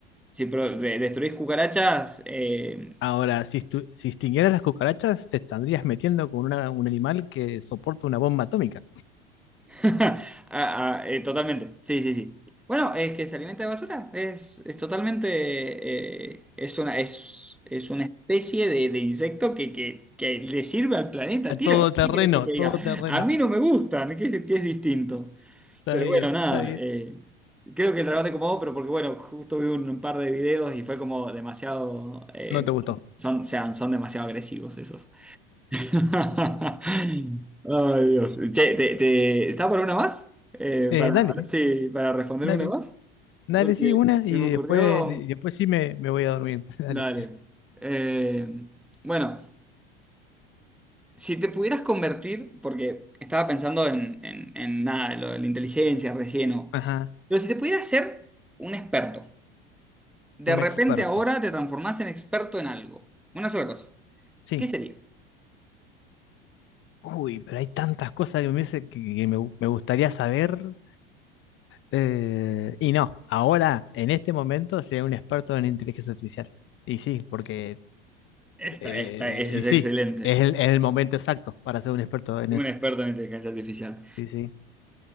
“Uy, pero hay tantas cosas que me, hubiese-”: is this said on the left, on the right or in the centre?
Left